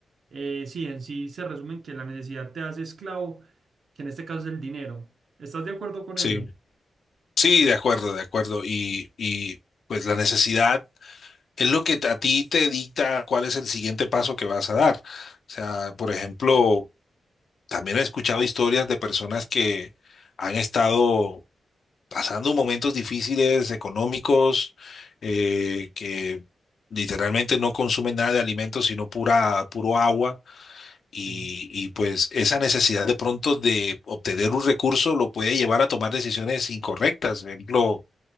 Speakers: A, on the right; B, on the left.
A: eh, sí, en sí se resume en que la necesidad te hace esclavo, que en este caso es el dinero. ¿Estás de acuerdo con
B: Sí.
A: eso?
B: Sí, de acuerdo, de acuerdo. Y, y pues la necesidad es lo que a ti te dicta cuál es el siguiente paso que vas a dar. O sea, por ejemplo, también he escuchado historias de personas que han estado pasando momentos difíciles económicos, eh, que literalmente no consumen nada de alimentos, sino pura, puro agua. Y,
A: Sí,
B: y pues esa necesidad de pronto de obtener un recurso lo puede llevar a tomar decisiones incorrectas. Por ejemplo,